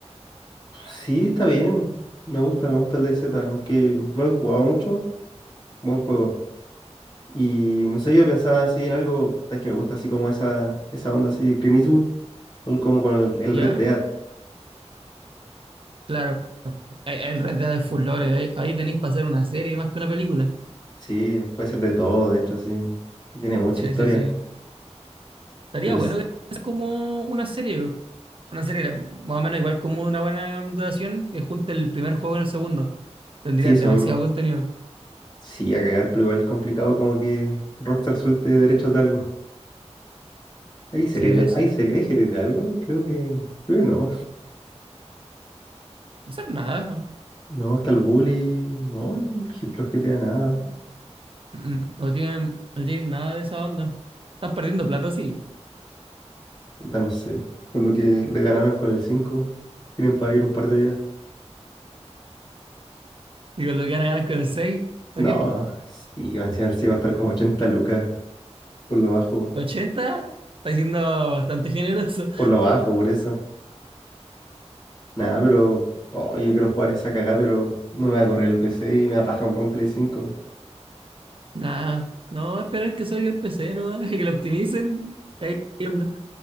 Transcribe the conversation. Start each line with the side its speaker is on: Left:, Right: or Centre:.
Left: Sí, está bien. Me gusta, me gusta el DayZ, aunque no lo he jugado mucho, buen juego. Y no sé, yo pensaba así en algo, es que me gusta así como esa, esa onda así de Clint Eastwood, algo como con el, el
Right: ¿ya?
Left: Red Dead.
Right: Claro, hay- hay el Red Dead de Fulores, ahí, ahí tenéis para hacer una serie más que una película.
Left: Sí, puede ser de todo, de hecho, sí. Tiene mucha
Right: Sí,
Left: historia,
Right: sí, sí. Estaría
Left: pero s-
Right: bueno que es como una serie, una serie más o menos igual como una buena duración que junte el primer juego con el segundo. Tendrían
Left: sí, eso
Right: demasiado
Left: mismo.
Right: contenido.
Left: Sí, a cagar, pero igual es complicado como que Rockstar suelte derechos de algo. ¿Hay series
Right: Sí, igual
Left: de,
Right: sí.
Left: hay serie- hay series de algo? Creo que, creo que no.
Right: No hacer nada.
Left: No, está el Bully, no, los GTA nada.
Right: Mm, No tienen, no tienen nada de esa onda. Están perdiendo plata, sí.
Left: Puta, no sé. Con lo que le ganaron con el 5 tienen para vivir un par de días.
Right: Y con lo que van a ganar con el seis ¿para
Left: No,
Right: qué, pues?
Left: sí, va a ser- sí, va a estar como 80 lucas por lo bajo.
Right: ochenta está siendo bastante generoso.
Left: Por lo bajo, por eso. Nada, pero. Oye, quiero jugar esa cagada, pero no me va a correr el PC y me va a paja comprar un Play cinco
Right: Nada, no esperar que salga en PC, nomás, <laughs> que lo optimicen. Ahí onda.